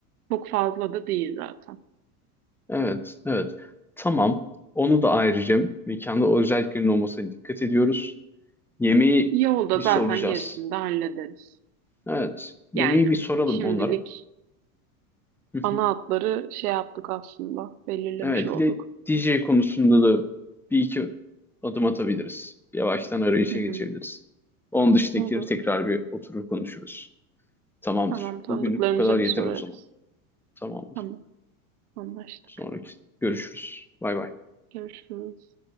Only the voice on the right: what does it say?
Çok fazla da değil zaten.
Yolda
zaten
gerisini de hallederiz.
Yani
şimdilik
ana hatları şey yaptık aslında. Belirlemiş
olduk.
Hı hı,
olur.
Tamam tanıdıklarımıza
bir
sorarız.
Tamam anlaştık.
Görüşürüz.